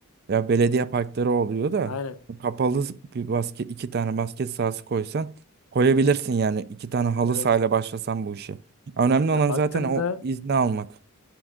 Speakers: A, on the right; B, on the left.
A: ya belediye parkları oluyor da
B: Aynen.
A: kapalı bir basket iki tane basket sahası koysan koyabilirsin yani iki tane halı
B: Evet.
A: sahayla başlasan bu işe. Önemli
B: Ya
A: olan
B: baktığında
A: zaten o izni almak.